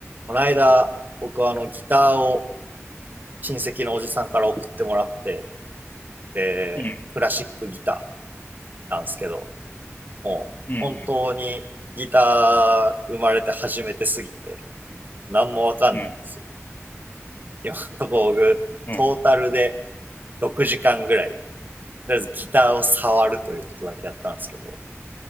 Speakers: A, on the right (about 40°); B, on the left (about 40°).
A: この間、僕はあのギターを親戚のおじさんから送ってもらって、で、
B: うん。
A: クラシックギターなんですけど、もう本当にギター生まれて初めてすぎて、
B: うん
A: 何もわかんないんですよ。
B: うん。うん。
A: 今のところ僕、
B: うん。
A: トータルで6時間ぐらい、とりあえずギターを触るということだけやったんですけど、